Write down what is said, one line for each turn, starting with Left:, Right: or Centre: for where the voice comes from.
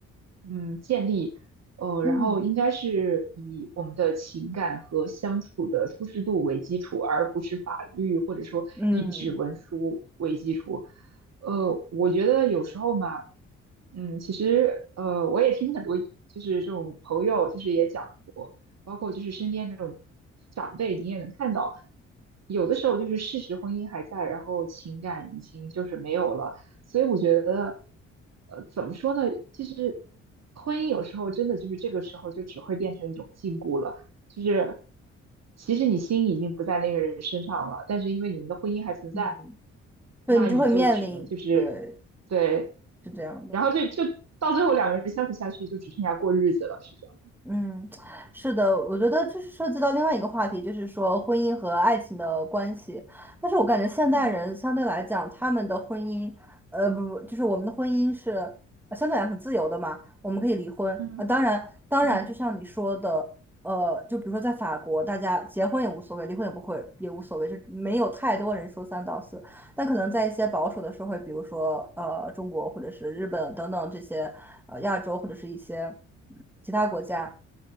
Right: 嗯建立，呃，
Centre: 嗯
Right: 然后应该是以我们的情感和相处的舒适度为基础，而不是法律或者说一纸文书为基础。
Centre: 嗯。
Right: 呃，我觉得有时候嘛，嗯，其实呃，我也听很多就是这种朋友就是也讲过，包括就是身边这种长辈，你也能看到，有的时候就是事实婚姻还在，然后情感已经就是没有了。所以我觉得，呃，怎么说呢？其实婚姻有时候真的就是这个时候就只会变成一种禁锢了，就是其实你心已经不在那个人身上了，但是因为你们的婚姻还存在，
Centre: 嗯。对，
Right: 那你就只能就是
Centre: 你就会面临，对，
Right: 对，
Centre: 是这样的，
Right: 然后就就到最后两个人相处下去就只剩下过日子了，是这样。
Centre: 嗯，<tsk> 是的，我觉得这是涉及到另外一个话题，就是说婚姻和爱情的关系。但是我感觉现代人相对来讲，
Right: 嗯
Centre: 他们的婚姻，呃，不不，就是我们的婚姻是呃相对来讲很自由的嘛，我们可以离婚啊。
Right: 嗯
Centre: 当然，当然，
Right: 嗯
Centre: 就像你说的，呃，就比如说在法国，大家结婚也无所谓，离婚也不会也无所谓，就没有太多人说三道四。但可能在一些保守的社会，比如说呃中国或者是日本等等这些呃亚洲或者是一些其他国家，